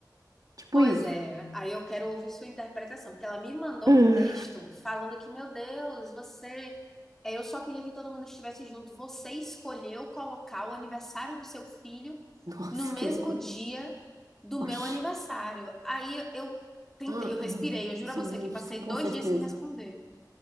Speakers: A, on the right (about 55°); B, in the centre.
A: Tipo
B: Pois
A: isso.
B: é,
A: <laughs>
B: aí eu quero ouvir sua interpretação, porque ela me mandou
A: Hum,
B: um texto falando que, meu Deus, você. é, Eu só queria que todo mundo estivesse junto. Você escolheu colocar o aniversário do seu filho
A: Nossa,
B: no mesmo
A: que loucura.
B: dia do meu
A: Oxi.
B: aniversário. Aí eu tentei,
A: Ah,
B: eu respirei,
A: ah,
B: eu juro
A: justa,
B: a você que passei
A: com
B: dois
A: certeza.
B: dias sem responder.